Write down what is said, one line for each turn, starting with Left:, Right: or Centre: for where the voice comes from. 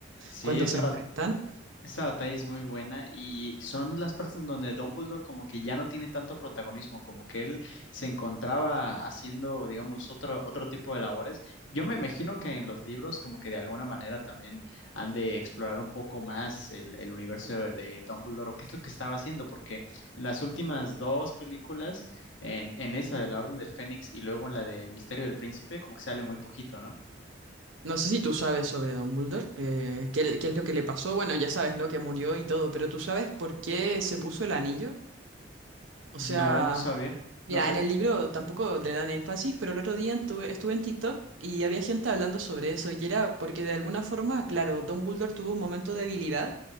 Left: Sí,
Right: cuando
Left: esa
Right: se enfrentan.
Left: Esa batalla es muy buena y son las partes en donde Dumbledore como que ya no tiene tanto protagonismo, como que él se encontraba haciendo, digamos, otro, otro tipo de labores. Yo me imagino que en los libros como que de alguna manera también han de explorar un poco más el, el universo de, de Dumbledore o qué es lo que estaba haciendo, porque en las últimas dos películas, en, en esa de la Orden del Fénix y luego en la del Misterio del Príncipe, como que sale muy poquito, ¿no?
Right: No sé si tú sabes sobre Dumbledore, eh, qué, qué es lo que le pasó, bueno, ya sabes, ¿no? Que murió y todo, pero ¿tú sabes por qué se puso el anillo? O
Left: No,
Right: sea,
Left: no sabía,
Right: mira,
Left: no sé,
Right: en el libro tampoco le dan énfasis, pero el otro día estuve, estuve en TikTok y había gente hablando sobre eso, y era porque de alguna forma, claro, Dumbledore tuvo un momento de debilidad